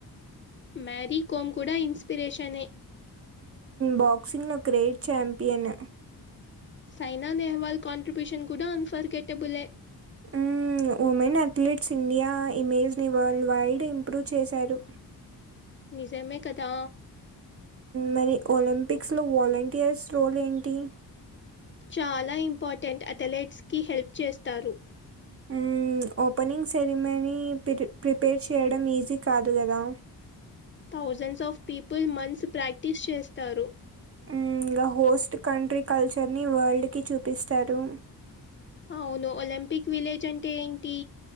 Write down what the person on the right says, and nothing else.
బాక్సింగ్ లో great champion.
ఆ ఉమెన్ అథ్లెట్స్ ఇండియా ఇమేజ్ ని వరల్డ్ వైడ్ ఇంప్రూవ్ చేసారు.
మరి ఒలింపిక్స్ లో వాలంటీయర్స్ రోల్ ఏంటి?
హ్ ఓపెనింగ్ సెరిమనీ ప్రి ప్రిపేర్ చేయడం ఈజీ కాదు కదా.
ఇంగా హోస్ట్ కంట్రీ కల్చర్ ని వరల్డ్ కి చూపిస్తరు.